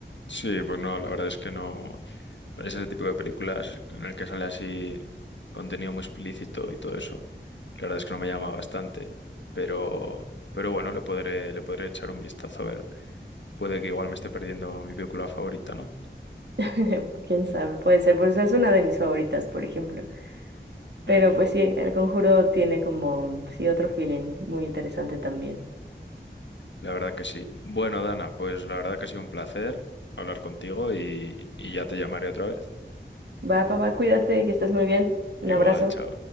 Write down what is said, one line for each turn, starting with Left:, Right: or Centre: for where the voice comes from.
Left: Sí, pues no, la verdad es que no. Es ese tipo de películas en el que sale así contenido muy explícito y todo eso. La verdad es que no me llama bastante, pero, pero bueno, le podré, le podré echar un vistazo a ver. Puede que igual me esté perdiendo mi película favorita, ¿no?
Right: <laughs> Quién sabe, puede ser, pues es una de mis favoritas, por ejemplo. Pero
Left: Ujú.
Right: pues sí, El Conjuro tiene como, sí, otro feeling muy interesante también.
Left: La verdad que sí. Bueno, Dana, pues la verdad que ha sido un placer hablar contigo y, y ya te llamaré otra vez.
Right: Va, papá, cuídate, que estás muy bien.
Left: Igual,
Right: Un abrazo.
Left: chao.